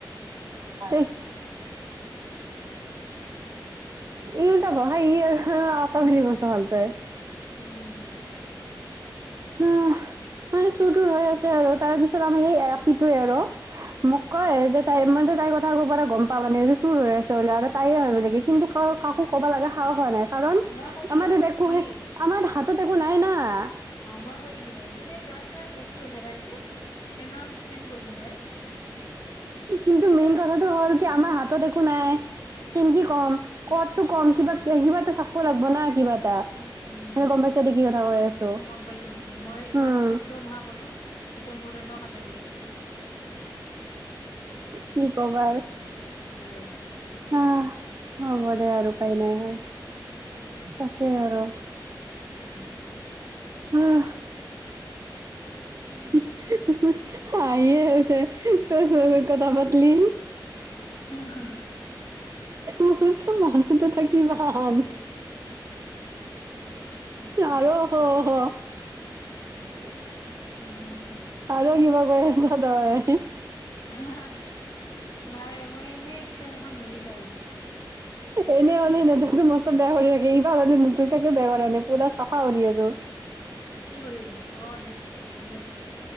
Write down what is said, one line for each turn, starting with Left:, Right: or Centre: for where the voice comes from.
Right: ইছ অ <inaudible> ইউ যাব হা ই অ তৰি মছা ভাল পায় <unintelligible>
Left: উম
Right: হা মানে চুৰ তুৰ হৈ আছে আৰু তাৰ পিছত আমাৰ সেই আপিটোৱে আৰু মোক কয় যে তাই মই তাই ক আগৰ পৰা গম পাবানে যে চোৰ ৰৈ আছে। আৰু তাইয়ে আৰু লাগে কিন্তু কাকো ক'ব লগা সাহস হোৱা নাই কাৰণ
Left: মই কৈ দিলো
Right: আমাৰ
Left: হয়
Right: টৌ একো
Left: কি
Right: আমাৰ হাতত একো নাই না সা
Left: অ মই কৈ দিলো হয় যোনে যাৰ যাৰ বস্তু হেৰাইছে এনাউন্চমেন্ট কৰিলো হয়।
Right: কিন্তু
Left: এ
Right: মেইন কথাটো হ'ল কি আমাৰ হাতত একো নাই। কেনকে কম ক'ত নো কম কিবা
Left: অ
Right: কিবা এটা চাব লাগিব না কিবা এটা
Left: উম
Right: মানে গম পাইছা দে কি কথা কৈ আছো
Left: ম গম পাইছো মই
Right: উম
Left: ইমান শব্দ নহা কলো এতিয়া মোৰ এনেও কটা গিছে
Right: কি ক'বা
Left: দে হৈছে
Right: আহ
Left: আৰু কি কৰবি
Right: হ'ব দে আৰু উপায় নাই আৰু তাকে আৰু
Left: উম
Right: উম
Left: উম
Right: <unintelligible> হাহিয়েই উঠে তোৰ লগত কথা পাতলি।
Left: আহা
Right: মস্ত
Left: <unintelligible>
Right: মানুহটো থাকি ভাল
Left: <unintelligible> কি
Right: আৰু
Left: কবা?
Right: হ হ <unintelligible>
Left: উম।
Right: আৰু কিবা কৰি আছ তই? <unintelligible>
Left: <unintelligible> হ নাই মই এনেই কিতাপ এখন মেলি চাই আছো।
Right: এনেই হ'লে ন তো মস্ত বেয়া কৰি থাকে এইবাৰ হলে ন থাকে বেয়া কৰা নাই পুৰা চাফা কৰি আছো।
Left: কি কৰি আছ? অ নেট নেট